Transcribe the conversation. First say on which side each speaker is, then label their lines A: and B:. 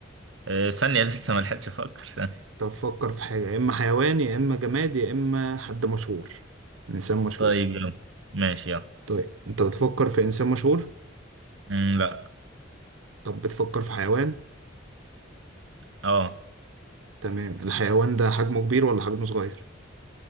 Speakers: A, on the right; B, on the right.
A: أه ثانية <laughs> لسه ما لحقتش افكر ثانية
B: طب فكر في حاجة يا إما حيوان يا إما جماد يا إما حد مشهور إنسان مشهور
A: طيب يلا ماشي يلا
B: طيب أنت بتفكر في إنسان مشهور
A: مم لا
B: طب بتفكر في حيوان
A: اه
B: تمام الحيوان ده حجمه كبير ولا حجمه صغير